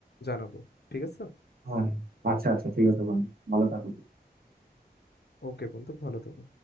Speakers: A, on the left; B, on the right.
A: জানাবো ঠিক আছে
B: হ্যাঁ আচ্ছা আচ্ছা ঠিক আছে বন্ধু ভালো থাকো
A: ওকে বন্ধু ভালো থাকো